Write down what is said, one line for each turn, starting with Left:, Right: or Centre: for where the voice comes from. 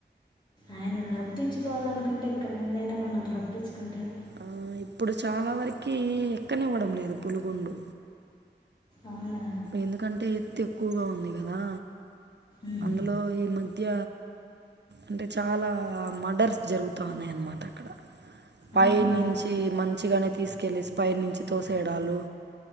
Left: ఆయన రప్పించుకోవాలనుకుంటే ఎక్కడి నుండి అయినా మనల్ని రప్పించుకుంటారు.
Right: ఆ ఇప్పుడు చాలా వరకి ఎక్కనివ్వడం లేదు. పులిగొండ్ల
Left: అవునా
Right: ఎందుకంటే ఎత్తు ఎక్కువగా ఉంది గదా.
Left: ఉమ్.
Right: అందులో ఈ మ మధ్య అంటే చాలా మర్డర్స్ జరుగుతా ఉన్నాయన్నమాట అక్కడ పై
Left: అవునా
Right: నుంచి మంచిగనే తీసుకెళ్ళి స్పైనుంచి తోసేయడాలు